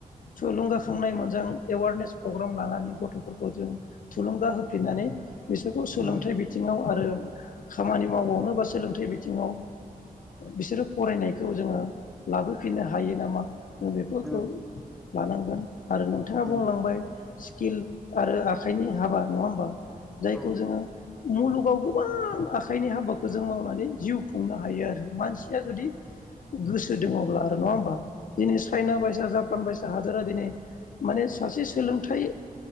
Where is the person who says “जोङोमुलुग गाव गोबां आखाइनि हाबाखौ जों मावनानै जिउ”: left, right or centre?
Left